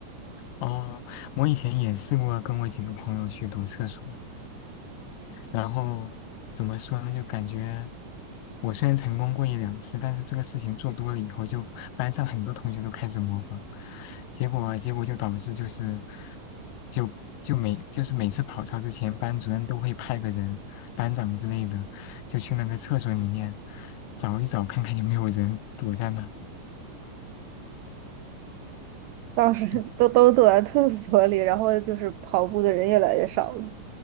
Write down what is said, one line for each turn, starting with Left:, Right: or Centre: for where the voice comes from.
Left: 哦，我以前也试过跟我几个朋友去躲厕所，然后怎么说呢？就感觉我虽然成功过一两次，但是这个事情做多了以后，就班上很多同学都开始模仿，结果啊结果就导致就是就就每就是每次跑操之前，班主任都会派个人，班长之类的，就去那个厕所里面找一找，看看有没有人躲在那。
Right: 当时 <laughs>
Left: <laughs>
Right: 都都躲在厕所里，然后就是跑步的人越来越少了。